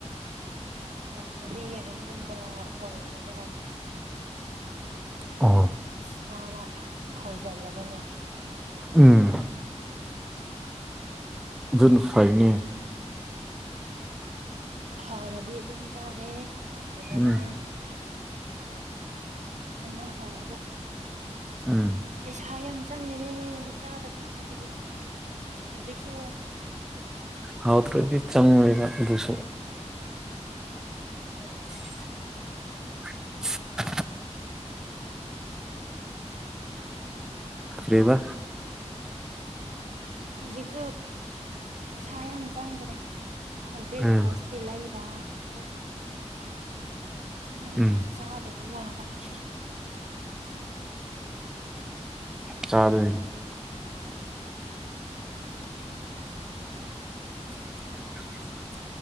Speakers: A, on the right; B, in the centre.
A: ꯍꯥꯎꯇꯔꯗꯤ ꯌꯦꯔꯨꯝꯒꯨꯝꯕ ꯍꯧꯔꯒ ꯆꯥꯔꯅꯤ
B: ꯑꯣ
A: ꯏꯁꯥꯅ ꯍꯣꯏꯖꯤꯜꯂꯒꯅꯦ
B: ꯎꯝ ꯑꯗꯨꯅ ꯐꯩꯅꯦ
A: ꯍꯥꯎꯔꯗꯤ ꯑꯗꯨꯝ ꯆꯥꯔꯦ ꯍꯥꯎꯇꯔꯒꯅ
B: ꯎꯝ
A: ꯑꯃ ꯍꯧꯔꯒ
B: ꯎꯝ
A: ꯄꯩꯁꯥ ꯌꯥꯝ ꯆꯪꯉꯦꯅꯦ ꯆꯥꯕ ꯊꯛꯄꯒꯤꯗꯨ ꯍꯧꯖꯤꯛꯁꯨ
B: ꯍꯥꯎꯇꯔꯗꯤ ꯆꯪꯉꯣꯏꯕ ꯑꯗꯨꯁꯨ <inaudible> <inaudible> ꯍꯔꯤꯕ
A: ꯍꯧꯖꯤꯛꯁꯨ ꯄꯩꯁꯥ ꯌꯥꯝ ꯆꯪꯒꯔꯦ ꯕ꯭ꯔꯦꯛꯐꯥꯁꯀꯤ
B: ꯎꯝ
A: ꯂꯩꯕ ꯈꯣꯠꯄ ꯑꯗꯨ
B: ꯎꯝ
A: ꯆꯥꯗꯕꯗꯤ ꯌꯥꯗꯕꯅꯤꯅ
B: ꯆꯥꯗꯣꯏꯅꯤ <inaudible>